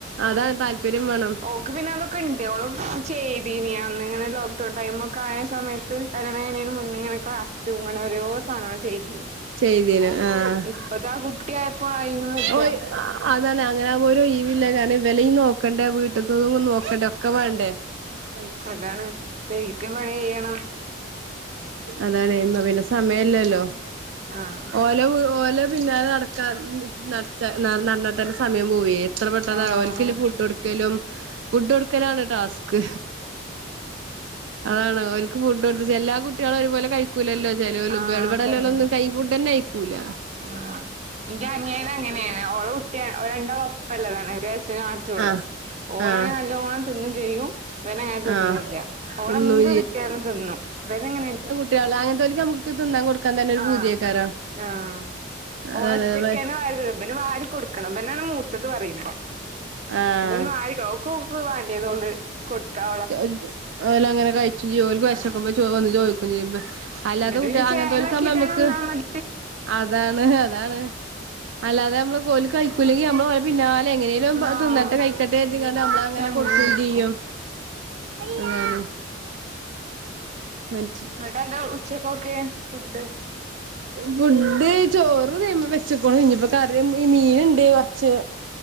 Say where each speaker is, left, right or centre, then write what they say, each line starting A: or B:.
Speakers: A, on the right; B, on the right.
A: അതാണ് താല്പര്യം വേണം
B: ഓക്ക് പിന്നെ അതൊക്കെ ഇണ്ട്യോളും ചെയ്തീനി അന്ന് അങ്ങനല്ലോ കിട്ടോ ടൈമും ഒക്കെ ആയ സമയത്ത് കരണ കഴണന് മുന്നിങ്ങനൊക്കെ അറ്റുംങ്ങന ഓരോ സാധനങ്ങൾ ചെയ്യിക്കെ
A: ചെയ്തീന് ആഹ്
B: ഇപ്പതാ കുട്ട്യായപ്പോ അയിനും വെജ
A: ഓയ് അതാണ് അങ്ങനാവുമ്പോ ഒരോയ് വില്ല കാരണം ഇവലെയിനോക്കണ്ടേ വീട്ട്തത്തും നോക്കണ്ടേ ഒക്കെ മാണ്ടേ ആഹ്
B: അതാണ് <unintelligible> ക്കും പണി ചെയ്യണം.
A: അതാണ് ഇന്ന പിന്നെ സമയല്ലല്ലോ
B: ആഹ്
A: ഓലവ് ഓല പിന്നാലെ നട ടക്കാൻ ൻ നടത്താ ന നടന്ന തന്നെ സമയം പോവേ എത്ര പെട്ടെന്നാ
B: ആഹ്
A: ഓല്ക്ക്ല്ലെ ഫുഡ് കൊട് ക്കലും ഫുഡ് കൊട്ക്കലാണ് ടാസ്ക് അതാണ് ഓല് ക്ക് ഫുഡ് കൊട്ത്ത് <unintelligible> എല്ലാ കുട്ട്യെളൊരുപോലെ കഴി ക്കൂലല്ലോ ചിലോല്
B: ആഹ്
A: ബെടെ ഇബടെല്ലോലൊന്നും
B: ശരി
A: കഴി ഫുഡെന്നയിക്കൂല
B: ആഹ് ഇന്റെ അനിയന് അങ്ങനെണ് ഓളെ കുട്ട്യാ ഒരണ്ടാളും ഒപ്പല്ലതാണ് ഒരു വയസ്സിന് മാറ്റൊള്ളൂ
A: ആഹ്
B: ഓളാണെ
A: ആഹ്
B: നല്ലോണം ത് തിന്നും ചെയ്യും ഇവനങ്ങനെ തിന്നൂല്ല
A: ആഹ്
B: ഓളെന്ത്
A: തിന്നും
B: കിട്ട്യാലും തിന്നും ഇബനങ്ങനെല്ല
A: ട്ട്യേള് അങ്ങൻത്തൊൽ കമ്മക്ക് ക്ക് തിന്നാൻ കൊട്ക്കാൻ തെന്നൊരു
B: ആഹ്
A: പൂത്യേക്കാരം
B: ആഹ്
A: അതാണ്
B: ഓളൊറ്റക്കന്നെ
A: മ
B: വാരി തിന്നും ഇബന് വാരി കൊട്ക്കണം ഇബനാണ് മൂത്തത് പറയുമ്പം
A: ആഹ്
B: ഇബന് വരിക്ക ഓക്ക് ഓക്ക് വാണ്ട്യേതോള് കൊട്ക്കാ
A: <unintelligible> ഓലങ്ങനെ കഴിച്ച് യ്യോ ഓല്ക്ക് വെശക്കുമ്പോ
B: ആഹ്
A: ചോറ് വന്ന് ചോയ്ക്കും ചെയ്യും ബെ അല്ലാതെ
B: എന്നിട്ട്
A: കുട്ടി
B: പിന്നെ
A: അങ്ങൻത്തോല്ക്കാവുമ്പോ
B: ചേലാക്കിട്ടാണ്
A: അമ്മക്ക്
B: ഒന്നാമത്
A: അതാണ് അതാണ് അല്ലാതെ അമ്മള് ഓല് കഴിക്കൂല്ലെങ്കി അമ്മള് ഓലെ പിന്നാലെ എങ്ങനെലാവുമ്പം
B: ആഹ്
A: അത് തിന്നട്ടെ കഴിക്കട്ടെര്തിക്കാണ്ട് അമ്മളങ്ങനെ
B: ച്ചങ്ങനെ
A: കൊട്ക്കും
B: നടക്കും
A: ചെയ്യും. അതാണ് മറ്റ്
B: ന്നട്ടെന്താ ഉച്ചക്കൊക്കെ ഫുഡ്
A: ഫുഡ് ചോറ് തീമേ വെച്ച്ക്കുണു ഇഞ്ഞിപ്പ ക <unintelligible> ഈ മീന്ണ്ട് കൊർച്ച്